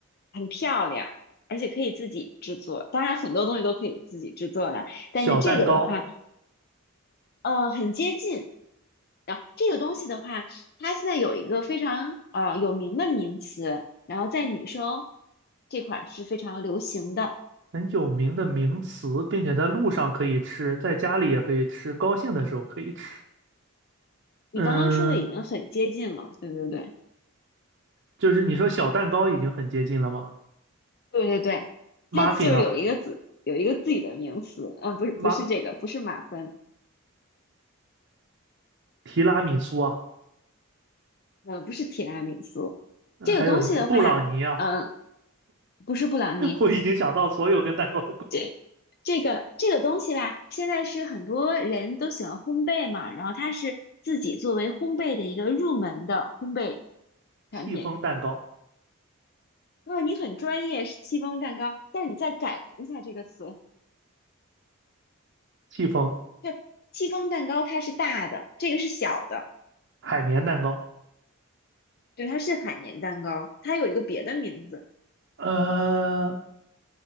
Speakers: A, on the left; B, on the right.
A: 很漂亮，而且可以自己制作。当然，很多东西都可以自己制作了，
B: 小蛋糕，
A: 但是这个的话，呃，很接近。啊，这个东西的话，它现在有一个非常呃有名的名词，然后在女生这块儿是非常流行的。
B: 很有名的名词，并且在路上可以吃，在家里也可以吃，高兴的时候可以吃。
A: 你刚刚说的已经很接近了，
B: 嗯，
A: 对对对，
B: 就是你说小蛋糕已经很接近了吗
A: 对对对，
B: ？muffin
A: 它就是有一个自有一个自己的名词，
B: 啊，
A: 呃，不是不是这个，
B: 马
A: 不是马芬，
B: 提拉米苏啊，
A: 呃，不是提拉米苏，
B: 呃还有什么布朗尼啊？
A: 这个东西的话，嗯、不是布朗尼，
B: <laughs> 我已经想到所有跟蛋糕有关，
A: <laughs> 这这个这个东西吧，现在是很多人都喜欢烘焙嘛，然后它是自己作为烘焙的一个入门的烘焙
B: 戚风蛋糕、
A: 产品。如果你很专业，是戚风蛋糕，但是你再改良一下这个词，
B: 戚风
A: 对，戚风蛋糕它是大的，这个是小的，
B: 海绵蛋糕，
A: 对，它是海绵蛋糕，它有一个别的名字。
B: 呃，